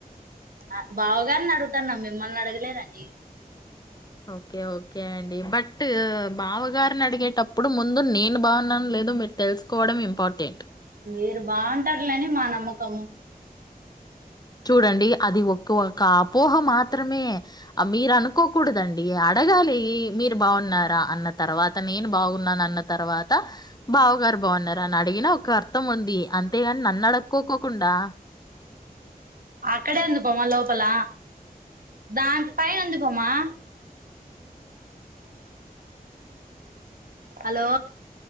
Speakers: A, on the right; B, on the left.
A: అ బావగారిని అడుగుతన్నం మిమ్మల్ని అడగలేదండి
B: ఓకే ఓకే అండి బట్ బావగారిని అడిగేటప్పుడు ముందు నేను బాగునా నో లేదో మీరు తెలుసుకోవడం ఇంపార్టెంట్
A: మీరు బాగుంటారులే అని మా నమ్మకము
B: చూడండి అది ఒక్ ఒక అపోహ మాత్రమే ఆ మీరు అనుకోకూడదండి ఆ అడగాలి మీరు బాగున్నారా అన్న తర్వాత నేను బాగున్నాన అన్న తర్వాత బావ గారు బాగున్నారు అని అడిగినా ఒక అర్థం ఉంది అంతేగాని నన్ను అడుక్కోకోకుండా
A: అక్కడే వుంది పోమా లోపల దాని పైన వుంది పోమా హలో